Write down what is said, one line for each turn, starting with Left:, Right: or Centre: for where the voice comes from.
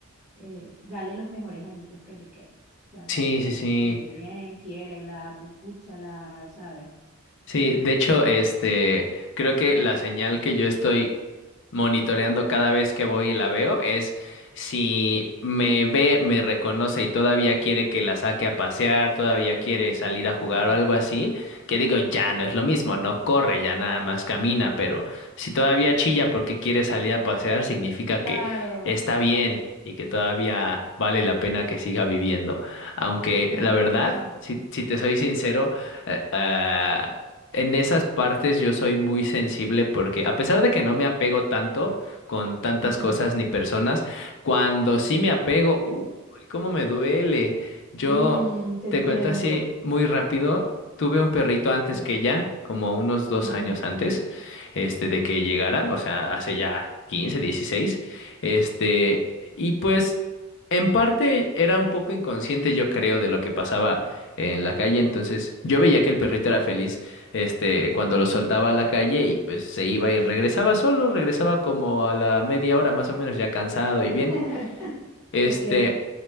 Centre: eh, dale los mejores añitos que le queden. O sea, tratarla
Left: sí, sí, sí.
Centre: muy bien, quiérela, pupúchala, ¿sabes?
Left: Sí, de hecho, este, creo que la señal que yo estoy monitoreando cada vez que voy y la veo es si me ve, me reconoce y todavía quiere que la saque a pasear, todavía
Centre: Mm.
Left: quiere salir a jugar o algo así, que digo, ya no es lo mismo, no corre, ya nada más camina, pero si todavía chilla porque quiere salir a pasear, significa
Centre: Claro,
Left: que está bien y que todavía vale la pena que siga viviendo. Aunque
Centre: claro
Left: la verdad,
Centre: que sí.
Left: si, si te soy sincero, eh, ah, en esas partes yo soy muy sensible porque a pesar de que no me apego tanto con tantas
Centre: Ujú.
Left: cosas ni personas, cuando sí me apego, uy, cómo me duele. Yo
Centre: Mm, te entiendo.
Left: te cuento así muy rápido, tuve un perrito antes
Centre: Vale.
Left: que ella, como unos dos
Centre: Ujú,
Left: años antes, este, de que llegara, o sea, hace ya 15, 16, este, y pues en parte era un poco inconsciente, yo creo, de lo que pasaba en la calle, entonces yo veía que el perrito era feliz este, cuando
Centre: ujú.
Left: lo soltaba a la calle y pues se iba y regresaba solo, regresaba como a la media hora más o menos ya cansado
Centre: <laughs>
Left: y bien, este,
Centre: Ok.